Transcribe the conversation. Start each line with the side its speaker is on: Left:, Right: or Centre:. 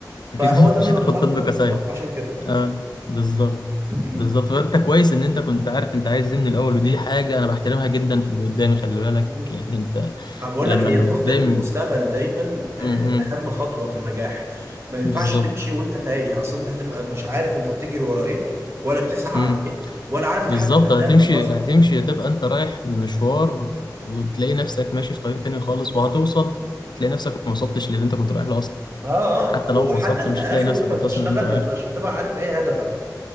Left: اكيد
Right: فهو
Left: <laughs>
Right: ده اللي
Left: مش
Right: انا
Left: هتاخد
Right: اخترته
Left: طب
Right: انا
Left: كسايد
Right: اخترته عشان كده
Left: اه بالظبط
Right: <laughs> مم.
Left: بالظبط فانت كويس ان انت كنت عارف انت عايز ايه من الاول ودي حاجه انا بحترمها جدا في اللي قدامي خلي بالك
Right: مم.
Left: يعني انت
Right: انا بقول
Left: لما
Right: لك هي
Left: اللي
Right: التخطيط
Left: قدامي
Right: للمستقبل دايما آه،
Left: امم
Right: اهم خطوه في النجاح ما ينفعش
Left: بالظبط
Right: تمشي وانت تايه اصلا انت هتبقى مش عارف انت بتجري ورا ايه ولا بتسعى
Left: امم
Right: على ايه ولا عارف تحدد
Left: بالظبط
Right: اهدافك
Left: هتمشي
Right: اصلا
Left: هتمشي هتبقى انت رايح مشوار وتلاقي نفسك ماشي في طريق تاني خالص وهتوصل تلاقي نفسك ما وصلتش للي انت كنت رايح له اصلا
Right: اه اه
Left: حتى لو
Right: وحتى
Left: وصلت
Right: انت
Left: مش
Right: يا
Left: هتلاقي
Right: اخي
Left: نفسك
Right: وانت
Left: كنت
Right: بتشتغل
Left: واصل للي انت رايح
Right: ما انت
Left: له
Right: مش هتبقى عارف ايه هدفك